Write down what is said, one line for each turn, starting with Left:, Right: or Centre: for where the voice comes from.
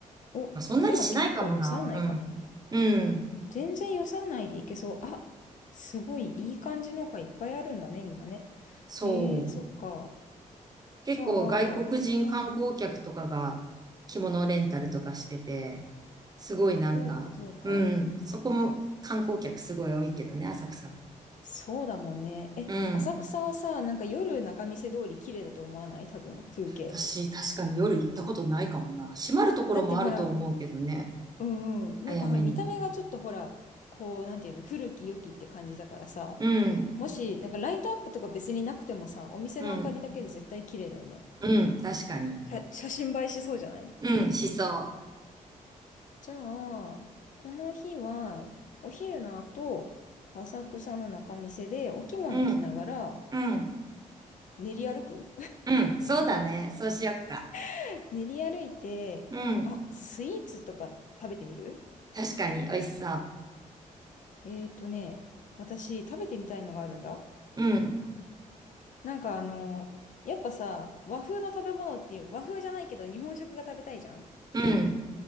Left: お、
Right: まあ、そんなにしないかもな。
Left: じゃあ結構予算内かも。
Right: うん、うん、
Left: 全然予算内で行けそう。あ、すごいいい感じのがいっぱいあるんだね、今ね。
Right: そう。
Left: えー、そっか。
Right: 結構外国人観光客とかが着物レンタルとかしてて、
Left: じゃあ、まあ、
Right: すごいなんか、
Left: そうか、そうか。
Right: うん、そこも観光客すごい多いけどね、浅草も。
Left: そうだもんね。え、
Right: うん。
Left: 浅草はさ、なんか夜仲見世通り綺麗だと思わない多分、風景。
Right: 私、確かに夜行ったことないかもな。閉まるところもあると思うけどね、
Left: だってほら、うんうん。
Right: 早めに。
Left: なんかほら、見た目がちょっとほら、こう、なんていうの、古き良きって感じだからさ、
Right: うん、
Left: もし、なんかライトアップとか別になくてもさ、お店の明かりだけで絶対綺麗だよね。
Right: うん、うん、確かに。
Left: 写、写真映えしそうじゃない
Right: うん、しそ
Left: じゃあ、この日は、お昼の後、浅草の仲見世でお着物着ながら
Right: う。うん、うん、
Left: 練り歩く
Right: うん、そうだね。そうしよっか。
Left: <laughs> 練り歩いて、
Right: うん、
Left: あ、スイーツとか食べてみる
Right: 確かに美味しそう。
Left: えーとね、私食べてみたいのがあるんだ。
Right: うん、
Left: なんかあの、やっぱさ、和風の食べ物っていう、和風じゃないけど日本食が食べたいじゃん
Right: うん、